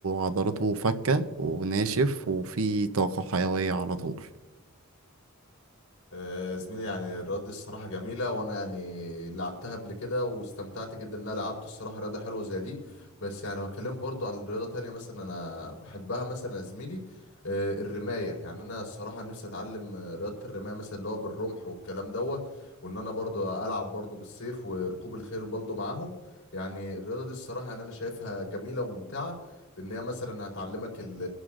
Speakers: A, on the right; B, on the left.
A: عضلاته فكة وناشف وفيه طاقة وحيوية على طول
B: آه، زميلي يعني الرياضة دي الصراحة جميلة وأنا يعني لعبتها قبل كده واستمتعت جدا إن أنا لعبت الصراحة رياضة حلوة زي دي بس يعني لو هكلمك برضو عن رياضة تانية مثلا أنا بحبها مثلا يا زميلي آه، الرماية يعني أنا الصراحة نفسي أتعلم آه، رياضة الرماية مثلا اللي هو بالرمح والكلام دوت وإن أنا برضو ألعب برضو بالسيف وركوب الخيل برضو معاهم يعني الرياضة دي الصراحة يعني أنا شايفها جميلة وممتعة لأن هي مثلا هتعلمك ال-